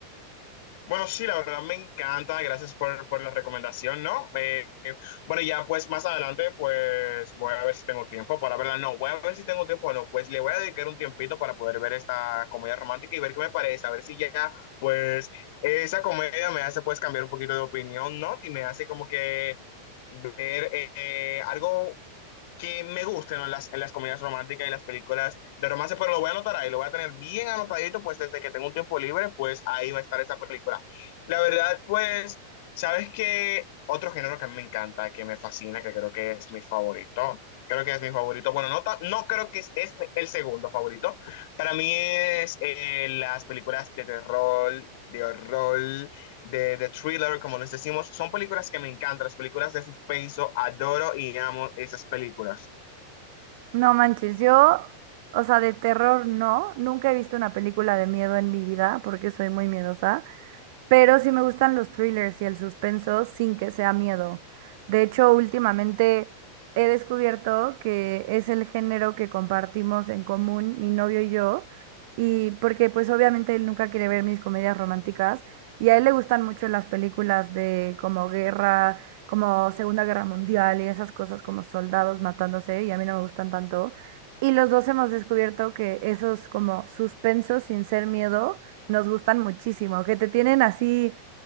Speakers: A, on the left; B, on the right.
A: Bueno, sí, la verdad me encanta, gracias por, por la recomendación, ¿no? Eh, eh, bueno, ya pues más adelante pues voy a ver si tengo tiempo para verla, no, voy a ver si tengo tiempo o no, pues le voy a dedicar un tiempito para poder ver esta comedia romántica y ver qué me parece, a ver si ya pues esa comedia me hace pues cambiar un poquito de opinión, ¿no? Y me hace como que ver eh, algo que me gusten ¿no? en las, en las comedias románticas y las películas de romance, pero lo voy a anotar ahí, lo voy a tener bien anotadito, pues desde que tengo un tiempo libre, pues ahí va a estar esa película. La verdad, pues, ¿sabes qué? Otro género que a mí me encanta, que me fascina, que creo que es mi favorito, creo que es mi favorito, bueno, no, ta- no creo que es, es el segundo favorito, para mí es eh, las películas de terror, de horror, de, de thriller, como les decimos, son películas que me encantan, las películas de suspenso, adoro y amo esas películas.
B: No manches, yo, o sea, de terror no, nunca he visto una película de miedo en mi vida porque soy muy miedosa, pero sí me gustan los thrillers y el suspenso sin que sea miedo. De hecho, últimamente he descubierto que es el género que compartimos en común mi novio y yo, y porque pues obviamente él nunca quiere ver mis comedias románticas y a él le gustan mucho las películas de como guerra, como Segunda Guerra Mundial y esas cosas como soldados matándose y a mí no me gustan tanto. Y los dos hemos descubierto que esos como suspensos sin ser miedo nos gustan muchísimo, que te tienen así